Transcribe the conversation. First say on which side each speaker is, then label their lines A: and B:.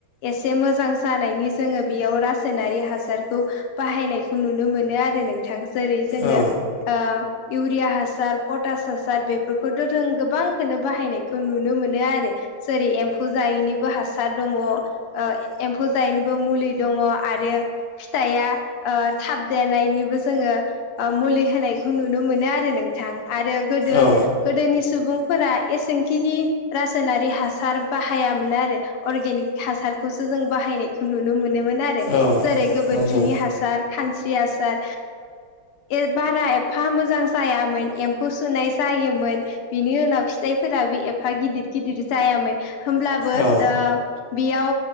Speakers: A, on the left (about 85°); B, on the left (about 45°).
A: एसे मोजां जानायनि जोङो बियाव रासायनारि हासार। बाहायनायखौ नुनो मोनो आरो नोंथां जेरै जोङो
B: औ
A: ओ इउरिया हासार <unintelligible> बेफोरखौथ' जों गोबां बाहायनायखौ नुनो मोनो आरो जेरै एमफौ। एमफौ जायिनिबो हासार दङ उह एमफौ जायिनिबो मुलि दङ आरो <unintelligible> फिथाइआ थाबदेरनायनिबो जोङो मुलि होनायखौ नुनो मोनो आरो बिथां आरो गोदो
B: औ
A: गोदोनि सुबुंफोरा एसें खिनि रासायनारि हासार बाहायामोन आरो अरगेनिक हासार बेखौसो जों बाहायनायखौ नुनो मोनो मोन आरो
B: औ
A: जेरै गोबोरखिनि
B: नंगौ
A: हासार खानस्रि हासार <unintelligible> ओ बारा एफा मोजां जायामोन एमफौ सुनाय जायोमोन बिनि उनाव फिथाइफोराबो एफा गिदिर गिदिर जायामोन। होमब्लाबो
B: औ
A: ओ बेयाव